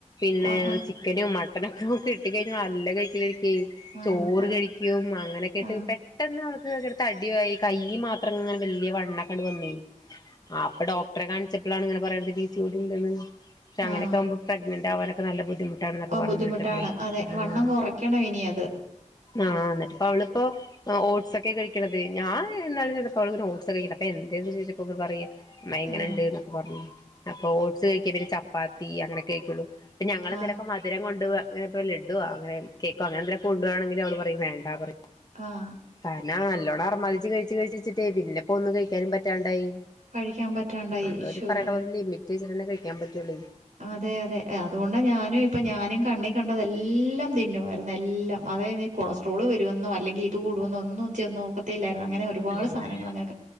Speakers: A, on the left (about 30°); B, on the right (about 75°).
A: പിന്നെ
B: ആഹാ
A: ചിക്കനും മട്ടനൊക്കെ ഒക്കെ കിട്ട് നല്ല കഴിക്കൽ കഴിക്കും
B: ആ
A: ചോറ്
B: ആ
A: കഴിക്കും അങ്ങനെയൊക്കെയായിട്ട്
B: ആ
A: പെട്ടെന്ന് അവക്ക് തടായി കയ്യി മാത്രംങ്ങനെ വലിയ വണ്ണക്കണ്ട് വന്ന ആ അപ്പൊ ഡോക അത്ര കാണിച്ചപ്പളാണ് ഇങ്ങനെ പറയുന്നത് ബിസി ഒടി ഉണ്ടെന്ന് പക്ഷ അങ്ങനെയൊക്കെകുമ്പൾ
B: ആ
A: പ്രഗ്നന്റ് ആകാനൊക്കെ നല്ല ബുദ്ധിമു് ട്ടാന്നൊക്കെ
B: ആ
A: പറഞ്ഞു
B: ബുദ്ധിമുട്ടാണ്
A: കേട്ടപ്പളെ
B: അതെ വണ്ണം
A: ആഹ്
B: കുറയ്ക്കണം ഇനി അത്
A: ആഹ എന്നിട്ടിപ്പ അവളിപ്പോ ഓട്ട്സഒക്കെ കഴിക്കണത് ഞാൻ എന്നാലും അവളിങ്ങനെ ഓട്സ് ഒക്കെ കഴിക്കിണ്ട് അപ്പ ഞാൻ എന്തന്ന് ചോയ്ച്ചപ്പ അവൾ പറയ അ എങ്ങനെണ്ട്
B: ആ
A: എന്നൊക്കെ പറഞ്ഞു അപ്പൊ ഓട്സ് കഴിക്കുക പിന്നെ ചപ്പാത്തി അങ്ങനൊക്കെ കഴക്കുള്ളൂ ഞങ്ങെളന്തലൊക്കെ
B: ആ
A: മാറ്റ മധുരം കൊണ്ട് പോവാ അങ്ങെ ഇപ്പോ ലഡോ അങ്ങനെ കേക്ക അങ്ങനെക്ക കൊണ്ടു പോവാണെങ്ക അവൾ വേണ്ട പറയും വേണ്ട പറയും
B: ആഹ്
A: കാരണം ആ നല്ലോണം അറമാധിച്ചു കഴിച്ച് കഴിച്ചച്ചിട്ടേ പിന്നെപ്പോ ഒന്നും കഴിക്കാനും പറ്റാണ്ടായി
B: കഴിക്കാൻ പറ്റാണ്ടായി
A: നമ്മള്
B: ശോ
A: ഒരു ലിമിറ്റ് വെച്ചിട്ടെ കഴിക്കാൻ പറ്റുള്ളൂ
B: അതെ അതെ അതുകൊണ്ട് ഞാനും ഇപ്പൊ ഞാനും കണ്ണി കണ്ടത് എല്ലാം തിന്നുമായിരുന്നു എല്ലാം അത കൊളസ്ട്രോൾ വരുമെന്നോ അല്ലെങ്കിൽ ഇത് കൂടുവോ ഒന്നും ചെന്നോ ത്തില്ലായിരുന്നു അങ്ങനെ ഒരു പാട്
A: ഉം
B: സാധനങ്ങൾ അങ്ങനെ